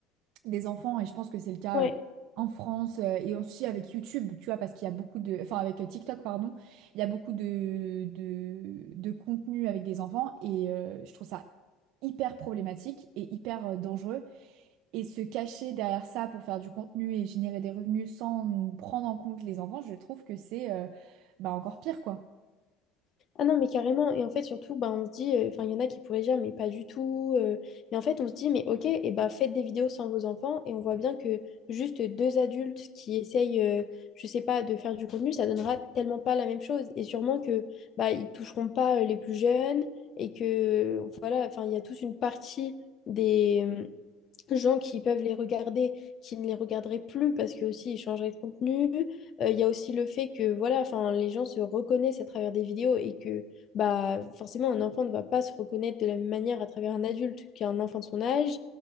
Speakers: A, on the right (about 65°); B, on the left (about 40°).
A: des enfants, et je pense que c'est le cas
B: ouais.
A: euh, en France euh, et aussi avec YouTube, tu vois, parce qu'il y a beaucoup de... Enfin, avec euh, TikTok, pardon, il y a beaucoup de, de, de contenu avec des enfants, et euh, je trouve ça hyper problématique et hyper euh, dangereux. Et se cacher derrière ça pour faire du contenu et générer des revenus sans prendre en compte les enfants, je trouve que c'est euh, bah, encore pire, quoi.
B: Ah non, mais carrément. Et en fait, surtout, bah, on se dit, euh, enfin, il y en a qui pourraient dire, mais pas du tout. euh. Mais en fait, on se dit, mais ok, et bah, faites des vidéos sans vos enfants. Et on voit bien que juste deux adultes qui essayent, euh, je sais pas, de faire du contenu, ça donnera tellement pas la même chose. Et sûrement que bah, ils toucheront pas euh, les plus jeunes. Et que, voilà, enfin, il y a toute une partie des, euh, gens qui peuvent les regarder, qui ne les regarderaient plus parce que aussi ils changeraient de contenu. Euh, Il y a aussi le fait que voilà, enfin les gens se reconnaissent à travers des vidéos et que bah forcément un enfant ne va pas se reconnaître de la même manière à travers un adulte qu'un enfant de son âge.